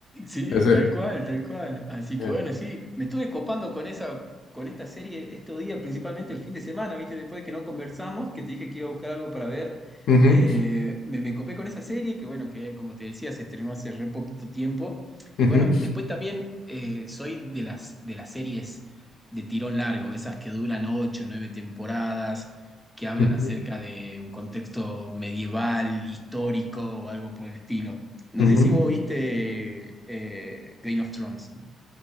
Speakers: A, in the centre; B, on the left (about 70°).
A: Sí,
B: ese.
A: tal cual, tal cual. Así
B: eh.
A: que bueno, sí, me estuve copando con esa, con esta serie estos días, principalmente el fin de semana, ¿viste? Después de que no conversamos, que te dije que iba a buscar algo para ver,
B: Ujú,
A: eh, me, me copé con esa serie, que bueno, que como te decía, se estrenó hace re poquito tiempo.
B: ujú,
A: Y bueno, después también eh, soy de las, de las series de tirón largo, de esas que duran ocho, nueve temporadas, que hablan
B: ujú,
A: acerca de un contexto medieval, histórico o algo por el estilo. No
B: ujú.
A: sé si vos viste eh, Game of Thrones.